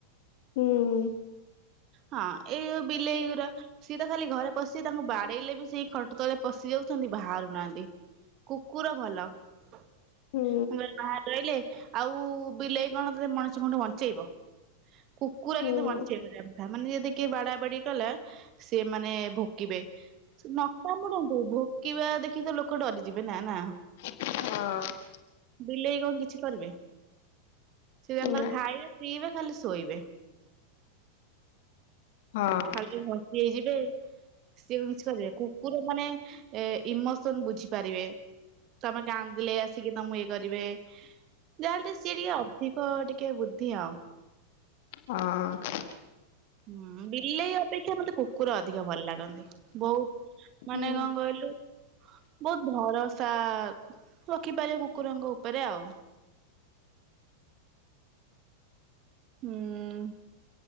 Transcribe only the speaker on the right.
ହଁ ଏଇ ଯୋଉ ବିଲେଇଗୁରା ସିଏତ ଖାଲି ଘରେ ପଶି ତାଙ୍କୁ ବାଡେଇଲେ ବି ସେଇ ଖଟ ତଳେ ପଶି ଯାଉଚନ୍ତି ବାହାରୁ ନାହାନ୍ତି କୁକୁର ଭଲ।। ମୁଁ
କହିଲି ବାହାରେ ରହିଲେ ଆଉ ବିଲେଇ କଣ ତତେ ମଣିଷ କଂଠୁ ବଞ୍ଚେଇବ। କୁକୁର
କିନ୍ତୁ ବଞ୍ଚେଇ ପାରିବ କଥା। ମାନେ ଯଦି କିଏ ବାଡା ବାଡି କଲା। ସସିଏ ମାନେ ଭୁକିବେ। ସେ ନ ଭୋ-ଭୋ-ଭୋ-ଭୋକିବା ଦେଖିକି ତ ଲୋକ ଡରିଯିବେ ନା ନା।
ବିଲେଇ କଣ କିଛି କରିବେ? ସେ ତାଙ୍କର
ଖାଇବେ ପିଇବେ ଖାଲି ଶୋଇବେ।
ଖାଲି ଘସି ହେଇଯିବେ। ସିଏ କଣ କିଛି କରିବେ କୁ କୁକୁର ମାନେ ଏ ଇମୋସନ ବୁଝି ପାରିବେ। ତମେ କାନ୍ଦିଲେ ଆସିକି ତମକୁ ଇଏ କରିବେ। ଯାହାହେଲେ ଟିକେ ସିଏ ଟିକେ ଅଧିକ ଟିକେ ବୁଦ୍ଧି ଆଉ।
ହୁଁ ବିଲେଇ ଅପେକ୍ଷା ମତେ କୁକୁର ଅଧିକ ଭଲ ଲାଗନ୍ତି ବହୁତ। ମାନେ
କଣ କହିଲୁ ବହୁତ ଭରସା ରଖିପାରିବ କୁକୁରଙ୍କ ଉପରେ ଆଉ। ହୁଁ